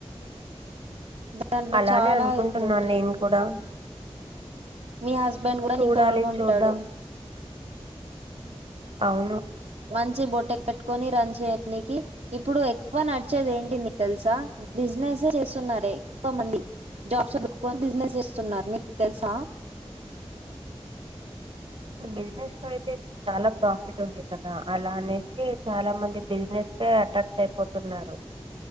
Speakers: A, on the right; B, on the right.
A: దాంట్లో
B: అలానే
A: చాలా
B: అనుకుంటున్నాను
A: ఇది ఉంటాయి.
B: నేను కూడా
A: మీ హస్బెండ్ కూడా
B: చూడాలి
A: నీకు తోడుగుంటాడు
B: చూద్దాం అవును
A: మంచి బొట్టె పెట్టుకొని రన్ చేయడానికి ఇప్పుడు ఎక్కువ నడిచేది ఏంటి నీ తెలుసా బిజినెసే చేస్తున్నారురే ఎక్కువ మంది జాబ్స్ బిజినెస్ చేస్తున్నారు నీకు తెలుసా
B: బిజినెస్ లో అయితే ఇప్పుడు చాలా ప్రాఫిట్ ఉండంది కదా అలానే అ చాలా మంది బిజినెస్ అట్రాక్ట్ అయిపోతున్నారు